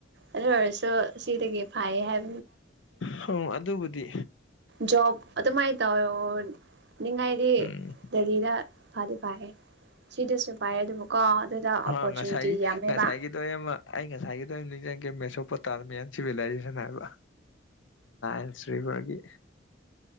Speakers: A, on the right; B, on the left.
A: ꯑꯗꯨ ꯑꯣꯏꯔꯁꯨ ꯁꯤꯗꯒꯤ ꯐꯩꯌꯦ ꯍꯥꯏꯕ
B: ꯍꯣꯢ ꯑꯗꯨꯕꯨꯗꯤ
A: ꯖꯣꯕ ꯑꯗꯨꯃꯥ ꯇꯧꯌꯦ ꯅꯤꯡꯉꯥꯏꯗꯤ
B: ꯎꯝ
A: ꯗꯦꯜꯂꯤꯗ ꯐꯥꯗꯤ ꯐꯩꯌꯦ ꯁꯤꯗꯁꯨ ꯄꯥꯏ ꯑꯗꯨꯕꯨꯀꯣ ꯑꯗꯨꯗ ꯑꯣꯄꯣꯔꯆꯨꯅꯤꯇꯤ
B: ꯑ ꯉꯁꯥꯏꯒꯤ
A: ꯌꯥꯝꯃꯦꯕ
B: ꯉꯁꯥꯏꯒꯤꯗꯣ ꯑꯩ ꯉꯁꯥꯏꯒꯤꯗꯣ ꯅꯤꯡꯁꯤꯡꯒꯦ ꯃꯦꯁꯣꯄ ꯇꯥꯔꯃꯤꯌꯥꯟ ꯁꯤꯚꯤꯂꯥꯏꯖꯦꯁꯟ ꯍꯥꯏꯕ ꯏꯟꯁ ꯔꯤꯕꯔꯒꯤ